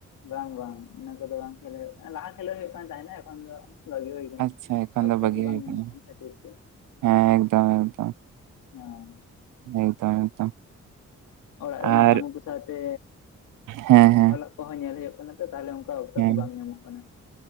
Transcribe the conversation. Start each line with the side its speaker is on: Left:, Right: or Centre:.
Left: ᱵᱟᱝ ᱵᱟᱝ ᱚᱱᱟ ᱠᱚ ᱫᱚ ᱵᱟᱝ ᱠᱷᱮᱞ ᱦᱳᱭᱳᱜ ᱠᱟᱱᱟ ᱞᱟᱦᱟ ᱠᱷᱮᱞ ᱦᱳᱭᱳᱜ ᱠᱟᱱ ᱛᱟᱦᱮ ᱱᱟ ᱮᱠᱷᱚᱱ ᱫᱚᱼᱼ ᱵᱷᱟᱜᱤ ᱦᱩᱭ ᱠᱟᱱᱟ
Right: ᱟᱪᱪᱷᱟ ᱮᱠᱷᱚᱱ
Left: ᱚᱠᱛᱚ
Right: ᱫᱚ ᱵᱟᱹᱜᱤ
Left: ᱠᱚ ᱵᱟᱝ
Right: ᱦᱩᱭ
Left: ᱧᱟᱢ
Right: ᱟᱠᱟᱱᱟ
Left: ᱠᱷᱟᱹᱛᱤᱨ ᱛᱮᱼᱼ
Right: ᱦᱮᱸ ᱮᱠᱫᱚᱢ ᱮᱠᱫᱚᱢ
Left: ᱦᱮᱸ
Right: ᱮᱠᱫᱚᱢ ᱮᱠᱫᱚᱢ
Left: ᱚᱲᱟᱜ ᱨᱮᱱᱟᱜ
Right: ᱟᱨ
Left: ᱠᱟᱹᱢᱤ ᱠᱚ ᱥᱟᱶᱛᱮ
Right: ᱦᱮᱸ ᱦᱮᱸ
Left: ᱚᱞᱚᱜᱼᱼ ᱠᱚ ᱦᱚᱸ ᱧᱮᱞ ᱦᱳᱭᱳᱜ ᱠᱟᱱᱟ ᱛᱚ ᱛᱟᱦᱞᱮ ᱚᱱᱠᱟ ᱚᱠᱛᱚ
Right: ᱦᱮᱸ
Left: ᱠᱚ ᱵᱟᱝ ᱧᱟᱢᱚᱜ ᱠᱟᱱᱟ᱾